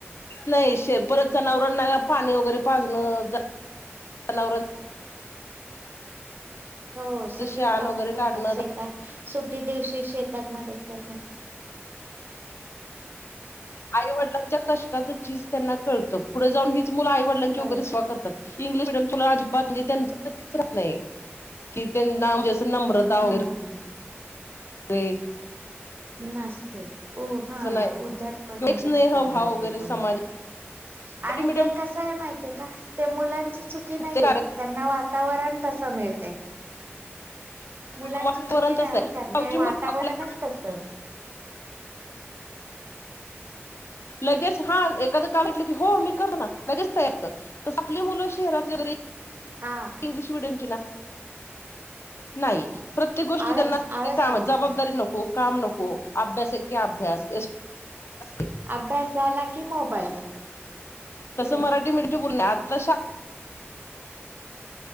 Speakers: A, on the left; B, on the right.
A: नाही श परत जनावरांना पाणी वगैरे पाजणं. जनावर
B: हो सगळी
A: शान
B: कामं
A: वगैरे
B: करतात.
A: काढणं
B: शेतात सुट्टी दिवशी शेतात मदत करता.
A: आईवडलांच्या कष्टाच चीज त्यांना कळतं. पुढं जाऊन ही हिच मूल आईवडिलांची
B: कळत
A: वगैरे सेवा करतात. ही इग्लिश मिडीयम तुला अजिबात म्हणजे <unintelligible> की त्यांना म्हणजे असं नम्रता वगैरे
B: हम्म
A: ए.
B: नसते ओ
A: असं
B: हा
A: नाही
B: उधट पणा
A: किंवा एक स्नेह
B: जास्त अंगात
A: भाव वगैरे
B: येतो.
A: समाज
B: मुलात,
A: मराठी
B: आणि
A: मीडियम
B: ते कस आहे माहिती आहे का ते मुलांची चुकी नाहीये
A: ते
B: त्यांना वातावरण तस मिळ ते मुलांची
A: वातावरण
B: चुकी
A: तसं
B: नाही हो
A: आहे
B: त्यात
A: गावची
B: ते
A: मुलं
B: वातावरणच तस.
A: लगेच हा एखादं काय म्हटलं की हो मी कर ना लगेच तयार होतात. तस आपली मुलं शहरातली बरी
B: हा
A: इंग्लिश मीडयमची ना. नाही. प्रत्येक गोष्टीत
B: आळस
A: त्यांना
B: आळस
A: काम
B: सांगत
A: जबाबदारी नको. काम नको अभ्यास एके अभ्यास आहे.
B: अभ्यास झाला की मोबाईल
A: तसं
B: येस
A: मराठी मुलगी मुर्लात <unintelligible> ते